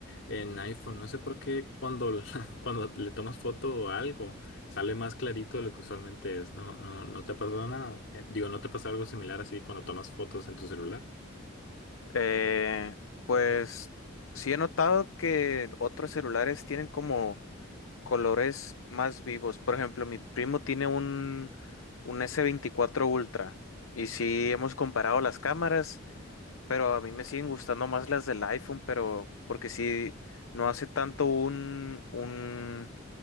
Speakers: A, on the left; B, on the left.
A: en iPhone, no sé por qué cuando, <laughs> cuando le tomas foto o algo sale más clarito de lo que usualmente es. No, no, no te ha pasado nada. Eh, Digo, ¿no te pasa algo similar así cuando tomas fotos en tu celular?
B: Eh, pues sí he notado que otros celulares tienen como colores más vivos. Por ejemplo, mi primo tiene un, un s veinticuatro Ultra y sí hemos comparado las cámaras, pero a mí me siguen gustando más las del iPhone, pero porque sí no hace tanto un, un